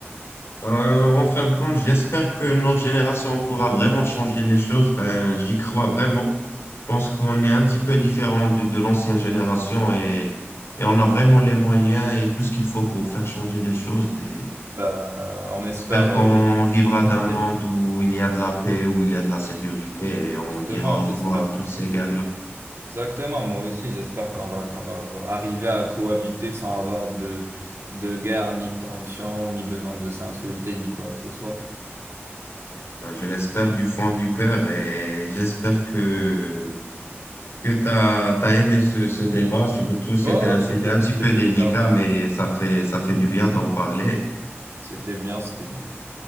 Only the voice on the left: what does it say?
Euh, en fin de compte, j'espère que notre génération pourra vraiment changer les choses. Ben, j'y crois vraiment. pense qu'on est un petit peu différent de, de l'ancienne génération et, et on a vraiment les moyens et tout ce qu'il faut pour faire changer les choses. Et
j'espère qu'on
vivra
d'un
monde où il y a de la paix, où il y a de la sécurité et on
dira au
revoir à toutes ces guerres-là.
Enfin, Je l'espère du fond du cœur et j'espère que, que tu as, aimé ce, ce débat. Surtout, c'était
un
sujet un petit
peu délicat,
mais ça fait, ça fait du bien d'en parler.